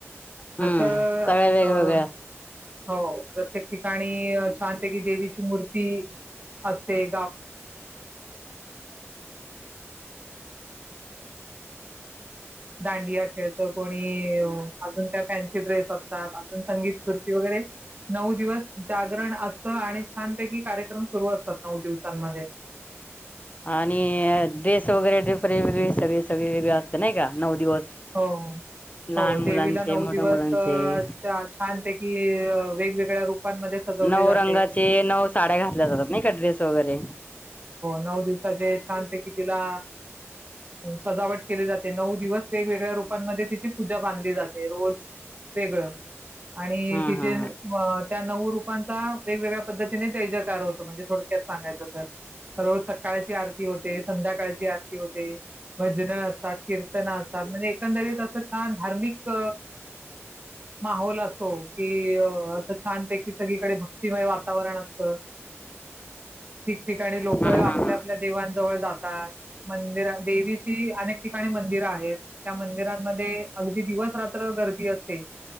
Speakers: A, on the left (about 30°); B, on the right (about 35°).
A: हम्म
B: असं
A: सगळ्या वेगवेगळ्या
B: अ‌ हो प्रत्येक ठिकाणी छा म्ह की देवीची मूर्ती असते दांडिया खेळतो कोणी अजून त्या फॅन्सी ड्रेस असतात अजून संगीत वरे नऊ दिवस जागरण असत आणि छानपैकी कार्यक्रम सुरू असतात नऊ दिवसांमध्ये
A: आणि ड्रेस वगैरे वेगळी सगळे सगळे वेगळे असत नाही का नऊ दिवस
B: हो
A: लहान
B: हो
A: मुलांचे,
B: देवीला नऊ
A: मोठ्या
B: दिवस
A: मुलांचे
B: छानपैकी कि वेगवेगळ्या रूपांमध्ये सजवली
A: नऊ
B: जाते
A: रंगाचे नऊ साड्या घातल्या जातात नाही का ड्रेस वगैरे
B: नऊ दिवसाचे छानपैकी तिला सजावट केले जाते नऊ दिवस वेगवेगळ्या रूपांमध्ये तिची पूजा बांधली जाते रोज वेगळं आणि
A: हा
B: तिचे
A: हा
B: त्या नऊ रूपांचा वेगवेगळ्या पद्धती त होतं म्हणजे थोडक्यात सांगायचं तर रोज सकाळची आरती होते संध्याकाळची आरती होते भजन असतात किर्तन असते ना म्हणजे एकंदरीत असं छान धार्मिक माहोल असतो की असं छानपैकी सगळीकडे भक्तिमय वातावरण अस ठिकठिकाणी लोक
A: हा
B: आपल्या
A: हा हा हा
B: आपल्या देवांजवळ जातात मंदिर देवीची अनेक ठिकाणी मंदिरं आहेत. त्या मंदिरांमध्ये अगदी दिवस रात्र गर्दी असते